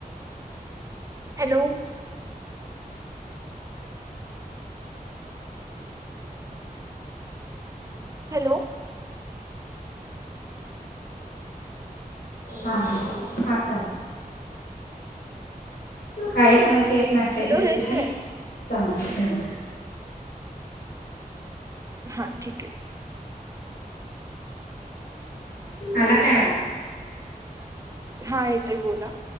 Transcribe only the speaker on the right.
हॅलो हॅलो
हॅलो
रेश आहे
हा ठीक आहे
हा येतय बोला